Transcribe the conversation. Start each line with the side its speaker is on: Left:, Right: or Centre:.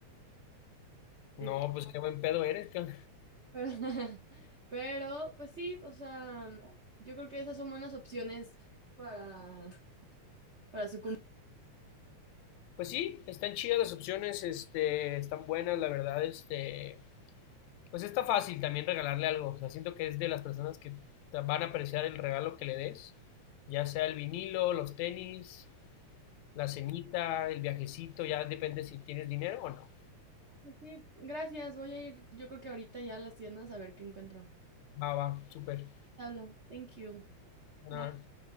Right: literal.
Left: No, pues qué buen pedo eres. qué-
Right: Pero, <laughs> pero, pues sí, o sea, yo creo que esas son buenas opciones para, para su cumpleaños.
Left: Pues sí, están chidas las opciones, este, están buenas, la verdad, este, Pues está fácil también regalarle algo. O sea, siento que es de las personas que van a apreciar el regalo que le des, ya sea el vinilo, los tenis, la cenita, el viajecito, ya depende si tienes dinero o no.
Right: Pues Sí, gracias. Voy a ir, yo creo que ahorita ya a las tiendas a ver qué encuentro.
Left: Va, va, súper.
Right: Pablo, thank you.
Left: Nada.
Right: Bye.